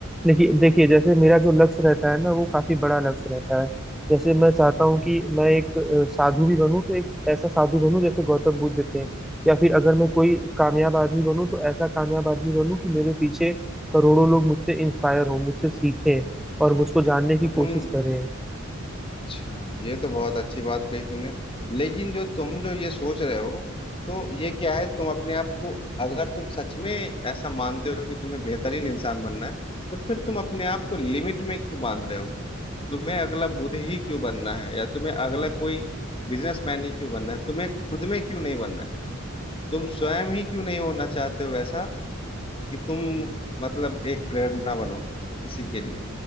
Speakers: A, in the centre; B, on the left.
A: देखिए देखिए जैसे मेरा जो लक्ष्य रहता है ना वो काफी बड़ा लक्ष्य रहता है जैसे मैं चाहता हूँ कि मैं एक अ, साधु भी बनूं तो एक ऐसा साधु बनूं जैसे गौतम बुद्ध थे या फिर अगर मैं कोई कामयाब आदमी बनूं तो ऐसा कामयाब आदमी बनूं कि मेरे पीछे करोड़ों लोग मुझसे इंस्पायर हों मुझसे सीखें और मुझको जानने की
B: तो
A: कोशिश
B: तुम
A: करें
B: अच्छा ये तो बहुत अच्छी बात कही तुमने लेकिन जो तुम जो ये सोच रहे हो तो ये क्या है तुम अपने आप को अगर तुम सच में ऐसा मानते हो कि तुम्हें बेहतरीन इंसान बनना है तो फिर तुम अपने आप को लिमिट में क्यों बांध रहे हो तुम्हें अगला बुद्ध ही क्यों बनना है या तुम्हें अगला कोई बिजनेसमैन ही क्यों बनना है तुम्हें खुद में क्यों नहीं बनना है तुम स्वयं ही क्यों नहीं होना चाहते हो ऐसा कि तुम मतलब एक प्रेरणा बनो किसी के लिए